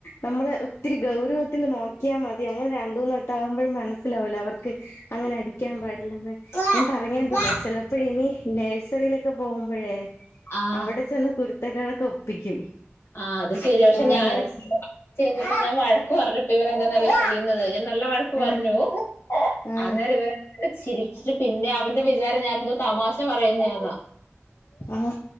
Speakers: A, on the left (about 80°); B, on the left (about 70°).
A: നമ്മളെ ഒത്തിരി ഗൗരവത്തില് നോക്കിയാമതി അങ്ങന രണ്ടൂന്ന് വെട്ടാം <unintelligible> മനസ്സിലാവൂല. അവർ <unintelligible> അങ്ങനെ അടിക്കാൻ പറ്റ് അല്ലാതെ
B: ആഹ്
A: ഞാൻ പറഞ്ഞെന്ത്ന്ന ചെലപ്പ ഇനി നേഴ്സറിയിലൊക്കെ പോവുംമ്പഴേ
B: ആഹ്
A: അവിടെ ചെന്ന് കുരു കുരുത്തക്കേടൊക്കെ ഒപ്പിക്കും
B: ആ അത് ശെരിയാ പക്ഷെ
A: ആ
B: ഞാന്
A: നഴ്സറി
B: വെച്ച് ഞാൻ വഴ പറഞ്ഞപ്പ ഇവനെന്താന്നറിയോ ചെയ്യുന്നത് നല്ല വഴക്ക് പറഞ്ഞു
A: ആ ആ
B: അന്നേരം ഇവര് ചിരിച്ചിട്ട് പിന്നെ ആ അവന്റെ വിചാരം ഞാനെന്തോ തമാശ ക്ക് പറയുന്നെ അതാഹ്
A: ആഹ്